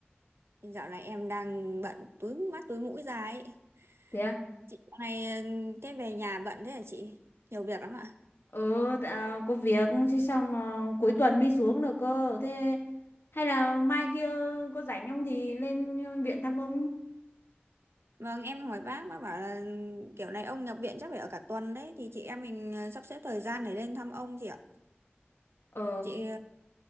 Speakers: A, on the right; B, on the left.
A: dạo này em đang bận túi mắt túi mũi ra ấy.
B: thế à?
A: Chị dạo này ờ, thế về nhà bận thế hả chị? Nhiều việc lắm ạ.
B: ừ tạ, có việc thế xong mà cuối tuần mới xuống được cơ thế hay là mai kia có rảnh không thì lên viện thăm ông
A: Vâng, em hỏi bác, bác bảo là kiểu này ông nhập viện chắc phải ở cả tuần đấy, thì chị em mình ờ, sắp xếp thời gian để lên thăm ông chị ạ.
B: ờ
A: Chị ờ,